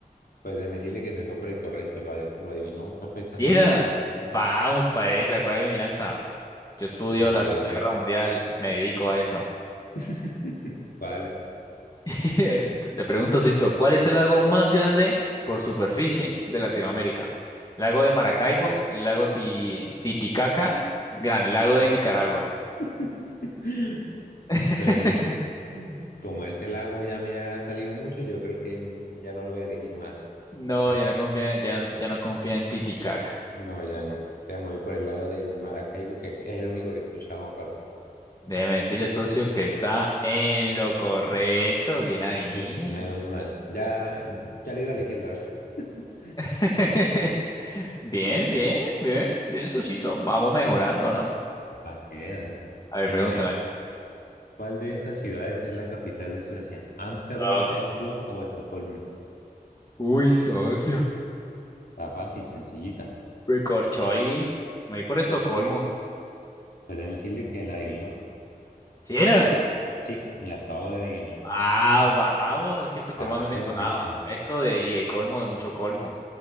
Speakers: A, on the left; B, on the left.
A: Pues déjeme decirle que se fue por el correcto, lo, ade- lo adivinó perfectamente.
B: ¿Sí era? Vamos para esa. ¿Cuál adivinanza? Yo estudio
A: Pues lo
B: la
A: adivinó.
B: Segunda Guerra Mundial. Me dedico a eso.
A: <laughs> Vale.
B: <laughs> Le pregunto, Sosito, ¿cuál es el lago más grande por superficie de Latinoamérica? ¿Lago de Maracaibo? ¿Lago Ti- Titicaca? ¿Gran Lago de Nicaragua?
A: <laughs>
B: <laughs>
A: Pues Como ese lago ya me ha salido mucho, yo creo que mm, ya no lo voy a elegir más.
B: No,
A: Así.
B: ya no confía, ya no, ya no confía en Titicaca.
A: No, ya no. Te voy por el lado del Maracaibo, que es el único que he escuchado aparte.
B: Déjeme decirle, socio, que está en lo correcto. Bien ahí.
A: Uy, menos mal. Ya, ya lo iba a elegir, la verdad. <laughs>
B: <laughs> Bien, bien, bien, bien, socito. Vamos mejorando, ¿no?
A: Para que veas.
B: A ver,
A: Entonces,
B: pregúntame.
A: mire, ¿cuál de estas ciudades es la capital de Suecia? ¿Ámsterdam,
B: Ay.
A: Oslo o Estocolmo?
B: Uy, socio.
A: Está fácil, sencillita.
B: Me corchó ahí. Me voy por Estocolmo.
A: Pues déjeme decirle que la adivinó.
B: ¿Sí era?
A: Sí, la acabo de adivinar.
B: Ah, vamos. Es que Estocolmo
A: La
B: a
A: suerte.
B: mí me sonaba. Esto de y el colmo de mucho colmo.